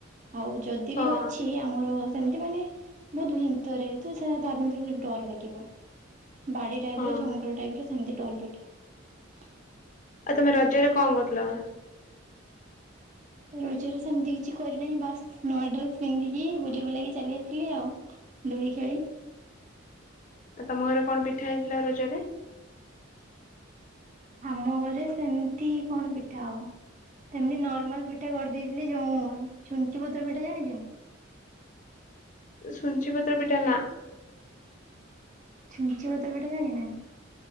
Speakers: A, on the right (about 35°); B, on the left (about 40°).
A: ଆଉ ଯଦି
B: ହଁ
A: ବି ଅଛି ଆମର ସେମତି ମାନେ ବହୁତ ଭିତରେ ତ ସେଟ ତା ଭିତରେ ଡର ଲାଗିବ। ବାଡି ଟାଇପ
B: ହଁ
A: ର ଜଙ୍ଗଲ ଟାଇପର ସେମିତି ଡର ଲାଗେ।
B: ଆଉ ତମେ ରଜରେ କଣ କରିଥିଲ? <inaudible>
A: ରଜରେ ସେମିତି କିଛି କରିନାହିଁ ବାସ୍ ନୂଆ ଡ୍ରେସ ପିନ୍ଧିକି ବୁଲି ବୁଲାକି ଚାଲି ଆସିଲି ଆଉ। ଦୁଳି ଖେଳି
B: ଆଉ ତମ ଘରେ କଣ ପିଠା ହେଇଥିଲା ରଜରେ?
A: ଆମ ଘରେ ସେମିତି କଣ ପିଠା ହବ। ସେମିତି ନର୍ମାଲ ପିଠା କରିଦେଇଥିଲି ଯୋଉ ଛୁଞ୍ଚି ପତ୍ର ପିଠା ଜାଣିଛନ୍ତି?
B: ସୁଞ୍ଚି ପତ୍ର ପିଠା ନା।
A: ଛୁଞ୍ଚି ପତ୍ର ପିଠା ଜାଣିନାହାନ୍ତି?